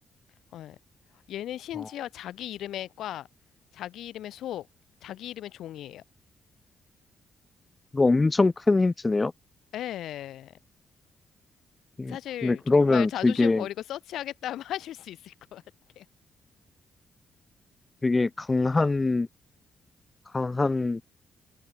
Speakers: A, on the left; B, on the left.
A: 어, 예. 얘는 심지어
B: 어,
A: 자기 이름의 과, 자기 이름의 속, 자기 이름의 종이에요.
B: 이거 엄청 큰 힌트네요.
A: 예.
B: 음,
A: 사실
B: 근데 그러면
A: 정말 자존심
B: 되게
A: 버리고 서치하겠다면 <laughs> 하실 수 있을 것 같아요.
B: 되게 강한 강한